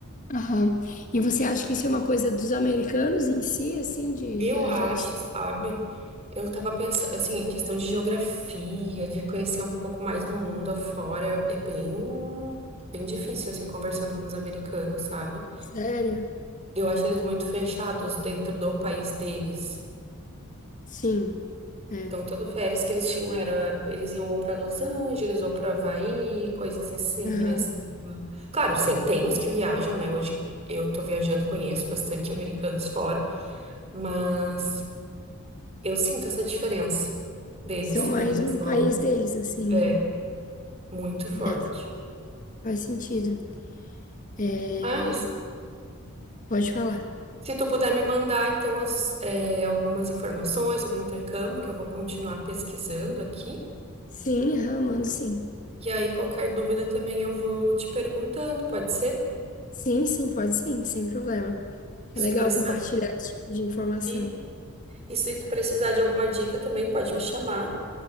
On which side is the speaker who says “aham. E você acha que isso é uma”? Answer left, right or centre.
Left